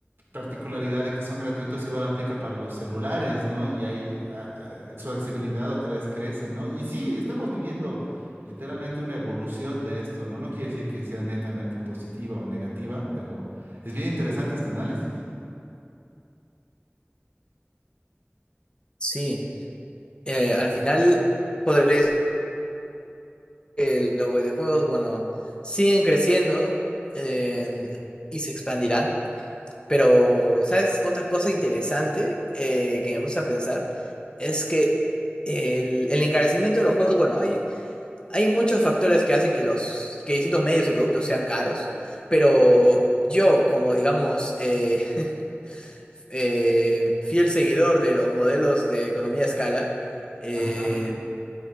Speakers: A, on the right; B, on the left.
A: particularidad de que son gratuitos igual aplica para los celulares, ¿no? Y ahí ah, ah, su accesibilidad otra vez crece, ¿no? Y sí, estamos viviendo literalmente una evolución de esto, ¿no? No quiere decir que sea netamente positiva o negativa, pero es bien interesante este análisis.
B: sí. Eh, al final, podría decir que los videojuegos, bueno, siguen creciendo eh, y se expandirán. Pero, ¿sabes? Otra cosa interesante eh, que me puse a pensar es que el, el encarecimiento de los juegos, bueno, hay, hay muchos factores que hacen que los que distintos medios y productos sean caros, pero yo, como digamos, eh, <laughs> eh, fiel seguidor de los modelos de economía a escala, eh,
A: Ajá.